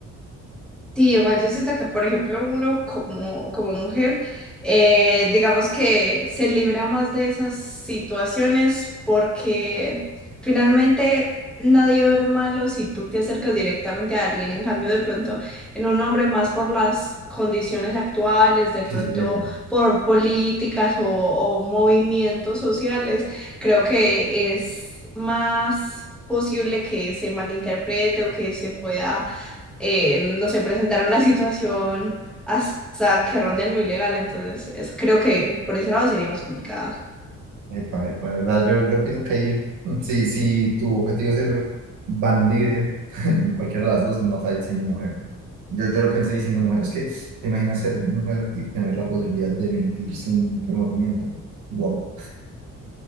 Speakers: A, in the centre; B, on the right (about 75°).
A: Sí, igual yo siento que, por ejemplo, uno como, como mujer, eh, digamos que se libra más de esas situaciones porque finalmente nadie ve malo si tú te acercas directamente a alguien. En cambio, de pronto, en un hombre más por las condiciones actuales, de pronto
B: Sí, sí, epa".
A: por políticas o, o movimientos sociales, creo que es más posible que se malinterprete o que se pueda eh, no sé, presentar una situación hasta que ronde en lo ilegal. Entonces, es, creo que por ese lado sería más complicado.
B: Epa, epa, de verdad, yo, yo pienso que ahí, <laughs> sí, sí, tu objetivo es ser bandida, <laughs> en cualquiera de las dos, no falla siendo mujer. Yo, yo lo pensé diciendo mujer, es que te imaginas ser mujer y tener la posibilidad de mentir sin remordimiento. Wow.